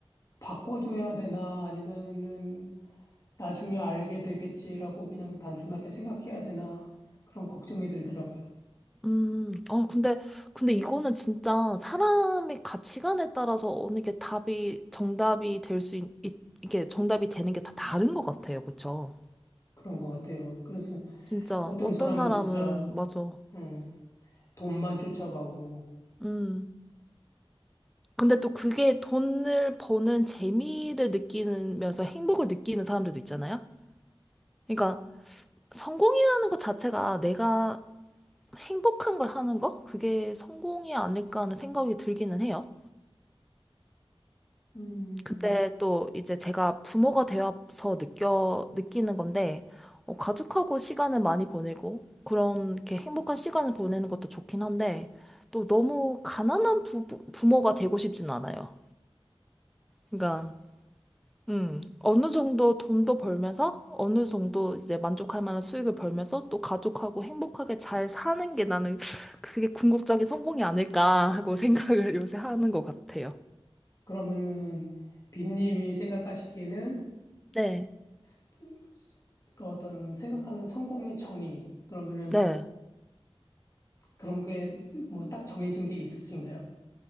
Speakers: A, on the left; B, in the centre.
A: 바꿔줘야 되나, 아니면은 나중에 알게 되겠지라고 그냥 단순하게 생각해야 되나, 그런 걱정이 들더라고요.
B: 음, 어, 근데, 근데 이거는 진짜 사람의 가치관에 따라서 어느 게 답이, 정답이 될 수, 있, 이게 정답이 되는 게 다 다른 것 같아요. 그쵸?
A: 그런 것 같아요. 그래서
B: 진짜
A: 어떤
B: 어떤
A: 사람은
B: 사람은
A: 진짜,
B: 맞아.
A: 음, 돈만 쫓아가고,
B: 음. 근데 또 그게 돈을 버는 재미를 느끼면서 행복을 느끼는 사람들도 있잖아요. 그러니까 성공이라는 것 자체가 내가 행복한 걸 하는 거? 그게 성공이 아닐까 하는 생각이 들기는 해요.
A: 음,
B: 근데 또 이제 제가 부모가 되어서 느껴 느끼는 건데 어, 가족하고 시간을 많이 보내고 그렇게 행복한 시간을 보내는 것도 좋긴 한데 또 너무 가난한 부, 부모가 되고 싶진 않아요. 그러니까 음, 어느 정도 돈도 벌면서 어느 정도 이제 만족할 만한 수익을 벌면서 또 가족하고 행복하게 잘 사는 게 나는 그게 궁극적인 성공이 아닐까 하고 생각을 <laughs> 요새 하는 것 같아요.
A: 그러면은 빈님이 생각하시기에는
B: 네.
A: 스- 그 어떤 생각하는 성공의 정의, 그러면은
B: 네.
A: 그런 게 뭐 딱 정해진 게 있으신가요?